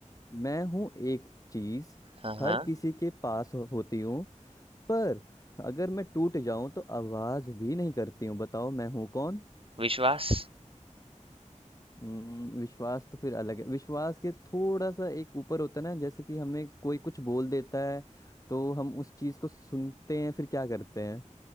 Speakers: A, on the left; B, on the right.
A: मैं हूँ एक चीज
B: हाँ हाँ
A: हर किसी के पास हो, होती हूँ पर अगर मैं टूट जाऊं तो आवाज भी नहीं करती हूँ बताओ मैं हूं कौन
B: विश्वास
A: हम्म, विश्वास तो फिर अलग है विश्वास के थोड़ा सा एक ऊपर होता है ना जैसे कि हमें कोई कुछ बोल देता है तो हम उस चीज को सुनते हैं फिर क्या करते हैं